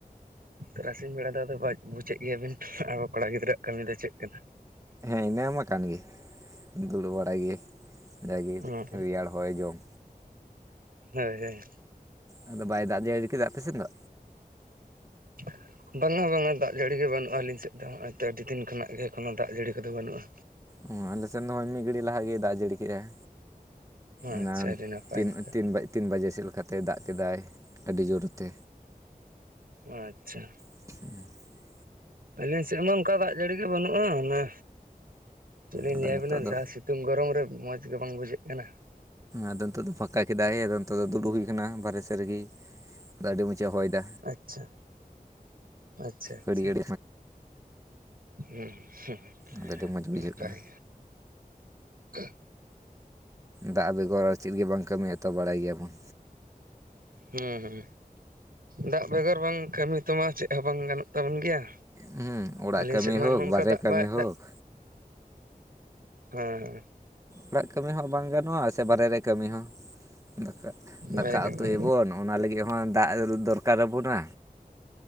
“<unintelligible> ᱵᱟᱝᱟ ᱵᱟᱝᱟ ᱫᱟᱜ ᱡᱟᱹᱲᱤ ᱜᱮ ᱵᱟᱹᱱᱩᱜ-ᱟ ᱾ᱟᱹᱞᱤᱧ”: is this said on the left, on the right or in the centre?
Right